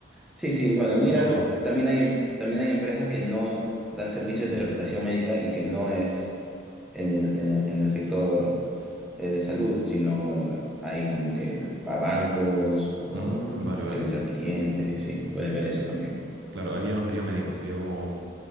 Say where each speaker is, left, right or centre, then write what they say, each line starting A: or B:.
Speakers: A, in the centre; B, on the right (about 70°).
A: Sí, sí, bueno, míralo.
B: Como todo.
A: También hay, em- también hay empresas que no dan servicio de interpretación médica y que no es en el, en el, en el sector eh, de salud, sino hay como que para bancos o
B: Mm, vale,
A: servicio
B: vale.
A: al cliente, sí, puedes ver eso también.
B: Claro, ahí ya no sería médico, sería como...